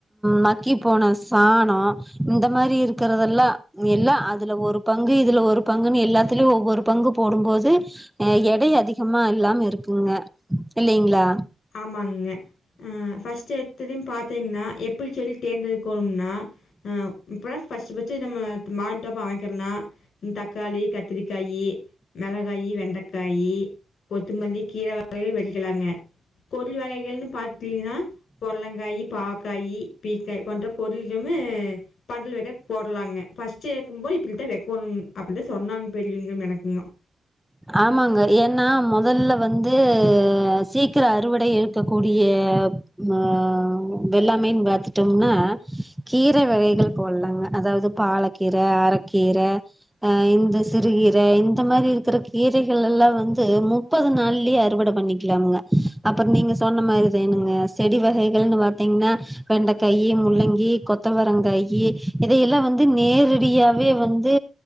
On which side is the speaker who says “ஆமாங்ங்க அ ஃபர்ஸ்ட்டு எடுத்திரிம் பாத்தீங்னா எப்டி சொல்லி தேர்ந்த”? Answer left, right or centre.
Left